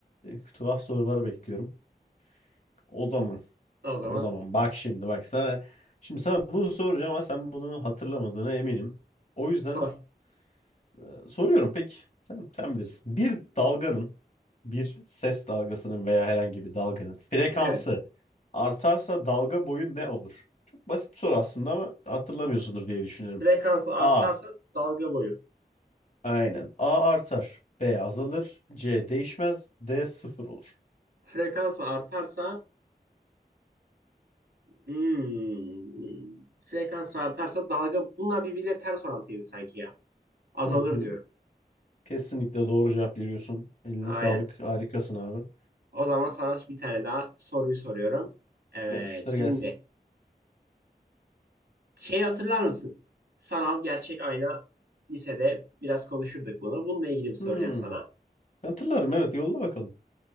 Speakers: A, on the left; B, on the right.
A: e, tuhaf sorular bekliyorum. O zaman.
B: O zaman
A: O zaman bak şimdi bak sana. Şimdi sana bunu soracağım ama sen bunu hatırlamadığına eminim. O yüzden
B: sor.
A: Ee, Soruyorum peki sen, sen bilirsin. Bir dalganın, bir ses dalgasının veya herhangi bir dalganın frekansı
B: Evet.
A: artarsa dalga boyu ne olur? Çok basit bir soru aslında ama hatırlamıyorsundur diye düşünüyorum.
B: Frekansı artarsa
A: A.
B: dalga boyu.
A: Aynen. A artar. B azalır. C değişmez. D sıfır olur.
B: Frekansı artarsa hmm, frekansı artarsa dalga bunlar birbiriyle ters orantıydı sanki ya. Azalır
A: Hı hı.
B: diyorum.
A: Kesinlikle doğru cevap veriyorsun. Eline
B: Aynen.
A: sağlık. Harikasın abi.
B: O zaman sana bir tane daha soruyu soruyorum. Evet
A: Yapıştır
B: şimdi
A: gelsin.
B: şey hatırlar mısın? Sanal gerçek ayna lisede biraz konuşurduk bunu. Bununla ilgili bir soracağım
A: Hmm.
B: sana.
A: Hatırlarım evet yolla bakalım.